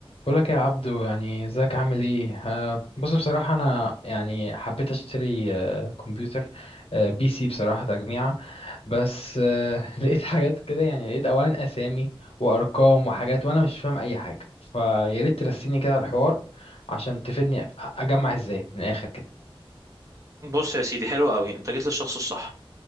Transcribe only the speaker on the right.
بص يا سيدي حلو قوي انت جيت للشخص الصح